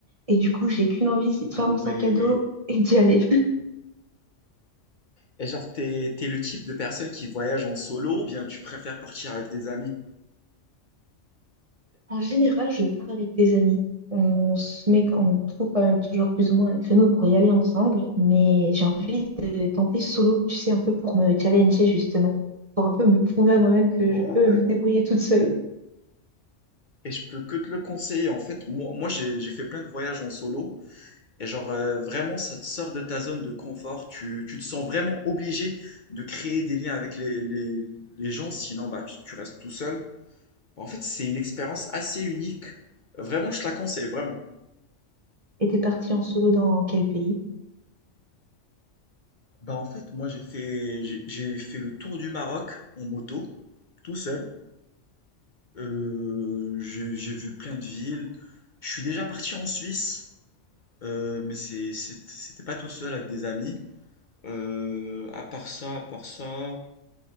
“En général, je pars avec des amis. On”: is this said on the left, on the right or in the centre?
Right